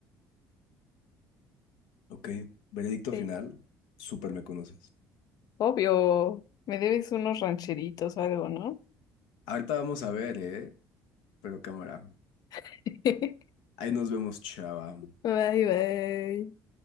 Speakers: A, on the left (about 85°); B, on the left (about 60°).
A: Ok, veredicto
B: sí.
A: final. Súper me conoces.
B: Obvio, me debes unos rancheritos o algo, ¿no?
A: Ahorita vamos a ver, ¿eh? Pero cámara.
B: <laughs>
A: Ahí nos vemos, chava.
B: Bye, bye.